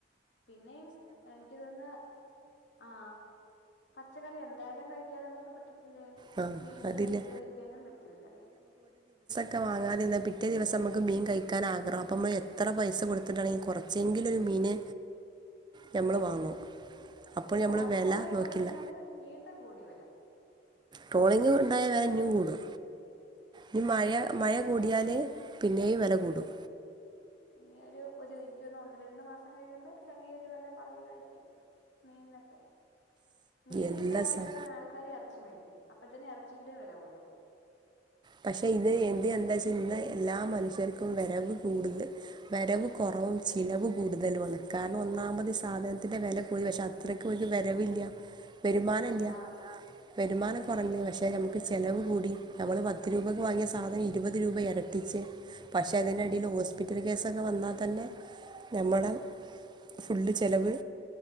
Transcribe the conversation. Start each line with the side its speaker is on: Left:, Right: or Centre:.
Left: പിന്നെയും എനിക്ക് തോന്നുന്ന് ആഹ് പച്ചക്കറി എന്തായാലും കഴിക്കാതെ നമുക്ക് പറ്റ ത്‌ല്ലെ
Right: ആ
Left: മീന്
Right: അതില്ല
Left: വേടിക്കാതിരിക്കാനും പറ്റൂല്ല
Right: ക്കെ വാങ്ങാതിന്നാ പിറ്റേ ദിവസം മ്മക്ക് മീൻ കഴിക്കാൻ ആഗ്രഹം അപ്പ മ്മല് എത്ര പൈസ കൊടുത്തിട്ടാണെങ്കിലും കൊറച്ചെങ്കിലൊരു മീന് ഞമ്മള് വാങ്ങും അപ്പോൾ
Left: ഇപ്പ ടോളിങ്ങോടെ
Right: നമ്മൾ വില നോക്കില്ല
Left: തൊടങ്ങിയോണ്ട് വീണ്ടും കൂടി വെല
Right: ടോളിങ് ഉണ്ടായ വെല ഇഞ്ഞും കൂടും ഞ് മഴ
Left: അതിനി
Right: മഴ കൂടിയാല് പിന്നേയും വെല കു കൂടും
Left: ഇനി ഒരു ഒര് ഇൻക്കോന്നു ഒന്ന് രണ്ടു മാസം കഴിയുമ്പ ചെറിയൊരു വെല കൊർഞായിരിക്കും മീൻന്നൊക്കെ മീൻ
Right: എല്ലാ
Left: കിട്ടാതാകുമ്പോഴത്തേന്
Right: സാ
Left: ആള്ക്കാര് എറ ച്ച് മേടിക്കും അപ്പഴ്ത്തന്നെ എറച്ചിക്കിടെ വെല കൂ
Right: പക്ഷേ ഇത് എൻ്റെ എന്താച്ച് ഇന്നാ എല്ലാ മനുഷ്യർക്കും വെരവ് കൂടുതൽ വരവ് കൊറവും ചിലവ് കൂടുതലും ആണ്. കാരണം ഒന്നാമത് സാധനത്തിൻ്റെ വെല പോയ് വശം അത്രക്കൊര് വരവില്ല വരുമാനം
Left: അതാ
Right: ഇല്ല വരുമാനം കൊറഞ്ഞ് പക്ഷെ ഞമ്മ്ക്ക് ചെലവ് കൂടി ഞമ്മള് പത്ത് രൂപയ്ക്ക് വാങ്ങിയ സാധനം ഇരുപത് രൂപ എരട്ടിച്ച് പക്ഷേ അതിനെടേല് ഹോസ്പിറ്റൽ കേസക്ക വന്നാ തന്നെ ഞമ്മള ഫുള്ള് ചെലവ്